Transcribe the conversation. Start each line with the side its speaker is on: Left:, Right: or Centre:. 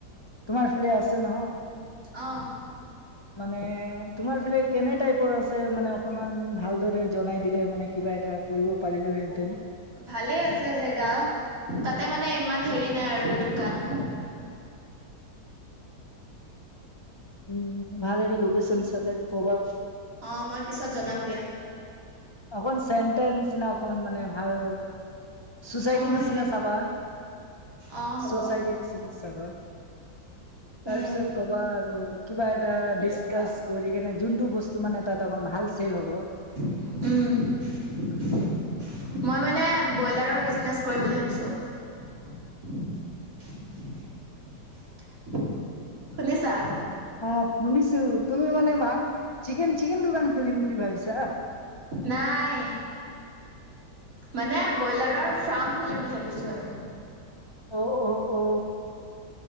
Left: তোমাৰ ফালে আছে নহ
Right: অ
Left: মানে তোমাৰ ফালে কেনে টাইপৰ আছে মানে অকল ইমান ভালদৰে জনাই দিলে মানে কিবা এটা কৰিব পাৰিলোহেনতেন।
Right: ভালে আছে জেগা। তাতে মানে ইমান হেৰি নাই আৰু দোকান।
Left: উম, ভাল এটা লোকেচন চাইডে কবা?
Right: অ, মই পিছত জনাম দিয়া।
Left: অকমান চেন্তে নিচিনা অকমান মানে ভাল চোচাইটি
Right: অ
Left: নিচিনা
Right: সেনে
Left: চাবা-চচাইটি
Right: অ হ'ব
Left: নিচিনা চাবা। তাৰপিছত
Right: উম
Left: ক'বা আৰু কিবা এটা ডিচকাছ কৰি কেনে যোনটো বস্তু মানে তাত অকণ ভাল চেল হ'ব
Right: উম, মই মানে ব্ৰইলাৰৰ বিজনেছ কৰিম বুলি ভাবিছোঁ <unintelligible> শুনিছা?
Left: অ', শুনিছো, তুমি মানে মা চিকেন-চিকেন দোকান খুলিম বুলি ভাবিছা?
Right: নাই। মানে ব্ৰইলাৰৰ ফ্ৰাম খুলিম বুলি ভাবিছো আৰু।
Left: অ' অ' অ'।